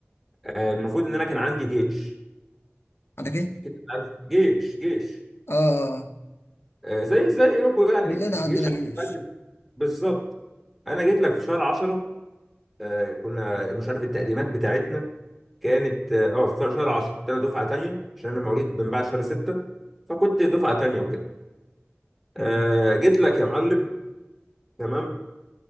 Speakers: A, in the centre; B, on the left (about 65°).
A: آه، المفروض ان انا كان عندي جيش
B: عندك ايه
A: اكيد أنت عارف جيش جيش
B: اه آه، آه.
A: آه، زي زي يوكو يعني
B: كلنا
A: الجيش
B: عندنا جيش
A: قدم بالظبط انا جيت لك في شهر 10 آه، كنا مش عارف التقديمات بتاعتنا كانت اه آه، في شهر 10 كنت انا دفعه تانية عشان انا مواليد من بعد شهر 6 فكنت دفعه تانية وكده
B: مم.
A: آه، جيت لك يا معلم تمام